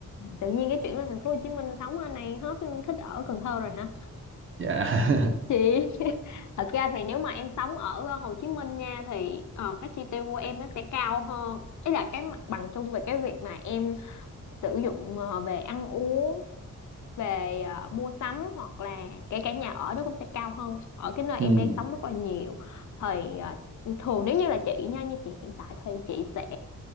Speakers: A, on the left; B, on the right.
A: Tự nhiên cái chuyện lên thành phố Hồ Chí Minh sống ở này hết thích ở Cần Thơ rồi hả
B: Dạ. <laughs>
A: chị <laughs> thật ra thì nếu mà em sống ở ờ, Hồ Chí Minh nha thì ờ, các chi tiêu của em nó sẽ cao hơn ấy là cái mặt bằng chung về cái việc mà em sử dụng ờ, về ăn uống về ờ, mua sắm hoặc là kể cả nhà ở nó cũng sẽ cao hơn ở cái nơi
B: Ừ.
A: em đang sống rất là nhiều thì ờ, thường nếu như là chị nha như chị hiện tại thì chị sẽ